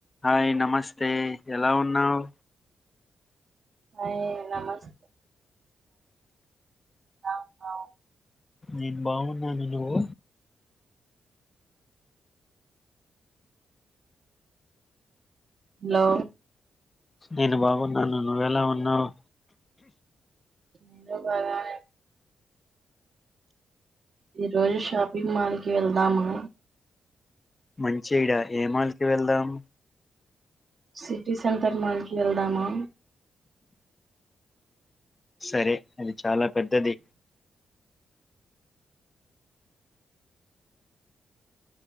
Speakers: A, on the left; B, on the right.
A: hi నమస్తే ఎలా ఉన్నావు
B: హాయ్ నమస్తే ఉన్నావ్
A: నేను బాగున్నాను నువ్వు
B: హలో
A: నేను బాగున్నాను నువ్వెలా ఉన్నావు
B: నేను బాగానే ఈరోజు షా మాల్ కీ వెళ్దామా
A: మంచి ఇడ ఏ మాల్ కి వెళ్ళవు
B: సిటీ సెంటర్ మాల్ కీ వెళ్దామా
A: సరే అది చాలా పెద్దది